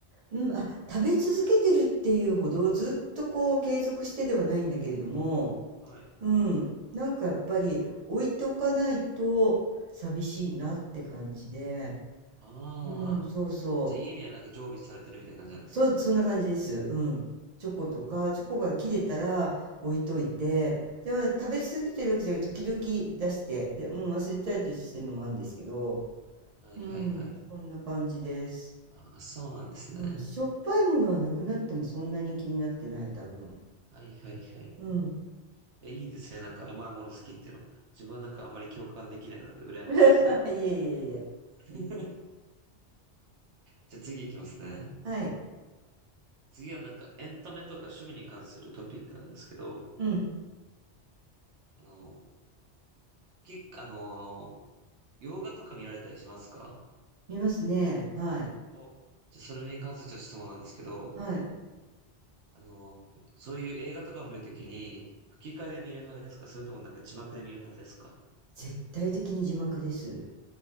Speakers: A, on the right; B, on the right.
A: うん、あ、食べ続けてるっていうほどずっとこう継続してではないんだけれども、
B: はい。
A: うん、なんかやっぱり置いておかないと寂しいなって感じで、
B: ああ。
A: うん、そうそう、
B: じゃあ家にはなんか常備されてるみたいな感じなんです
A: そ、そんな感じです。うん。チョコとか、チョコが切れたら置いといて、でも食べ続けてるわけじゃなくて、時々出して、で、うん、忘れたりしてるのもあるんですけど、
B: ね。はいはいはい。
A: うん、そんな感じです。
B: ああ、そうなんですね。
A: うん、しょっぱいものはなくなってもそんなに気になってない、多分。
B: はいはいはいはい。
A: うん。
B: え、いいですね。なんか甘いもの好きっていうの。自分はなんかあんまり共感できないので羨ましいです。
A: <laughs> い
B: なんか。
A: えいえいえ。うん
B: <laughs> じゃあ次行きますね。
A: はい。
B: 次はなんかエンタメとか趣味に関するトピックなんですけど、
A: うん、
B: あの、き、あの、洋画とか見られたりしますか
A: 見ますね。はい。
B: お、じゃあそれに関するちょっと質問なんですけど、
A: はい。
B: あの、そういう映画とかを見るときに吹き替えで見る派ですかそれともなんか字幕で見る派ですか
A: 絶対的に字幕です。